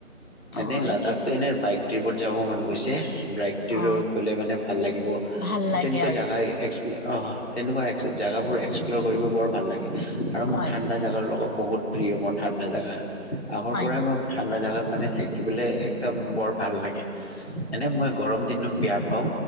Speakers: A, on the left (about 50°); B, on the left (about 75°).
A: এনে
B: অ
A: লাডাখটো
B: এতিয়া
A: এনে বাইক ট্ৰিপত যাব মন গৈছে। ব্ৰাইকটিৰৰ
B: অ
A: গ'লে মানে ভাল লাগিব।
B: ভাল লাগে
A: তেনেকুৱা
B: আৰু
A: জাগাই এ-এক্সপ্ল'ৰ অহ। তেনেকুৱা এক্স জাগাবোৰ এক্সপ্ল'ৰ কৰিব বৰ ভাল লাগে। আৰু মোক
B: হয়
A: ঠাণ্ডা জাগাৰ লগত বহুত প্ৰিয় মোৰ ঠাণ্ডা জাগা। আগৰ
B: হয়
A: পৰাই
B: নেকি
A: মই ঠাণ্ডা জাগাত মানে থাকিবলৈ একদম বৰ ভাল লাগে, এনে মই গৰম দিনো বেয়া পাওঁ